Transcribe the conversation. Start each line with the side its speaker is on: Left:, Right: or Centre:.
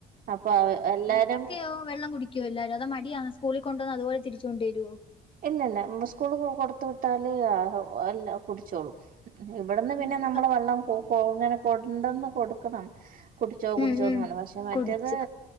Right: അപ്പൊ അവ എല്ലാരും.
Left: അപ്പോ വെള്ളം കുടിക്കോ എല്ലാരും അതോ മടിയാണോ സ്കൂളിൽ കൊണ്ടോന്ന അതുപോലെ തിരിച്ച് കൊണ്ടെരോ?
Right: ഇല്ലല്ല ന്ന സ്കൂള് കൊടുത്തു വിട്ടാല് അല്ല കുടിച്ചോളും. ഇവിടുന്ന് പിന്നെ
Left: ഉം
Right: നമ്മള്
Left: ക
Right: വെള്ളം കൊ കൊ ഇങ്ങനെ കൊണ്ടന്ന് കൊട്ക്കണം. കുടിച്ചോ കുടിച്ചോന്ന്പറഞ്ഞ്
Left: ഉം ഉം
Right: പക്ഷെ മറ്റേത്
Left: കുടിച്ച്